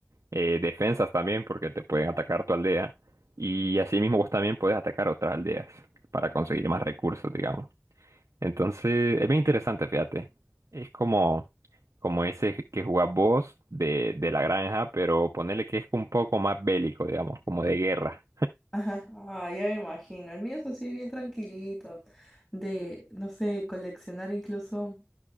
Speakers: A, on the right; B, on the left.
A: eh, defensas también, porque te pueden atacar tu aldea, y así mismo vos también podés atacar otras aldeas para conseguir más recursos, digamos. Entonces, es bien interesante, fíjate. Es como, como ese que jugás vos de, de la granja, pero ponele que es un poco más bélico, digamos, como de guerra.
B: Ajá, ah, ya me imagino. El mío es así bien tranquilito, de, no sé, coleccionar incluso.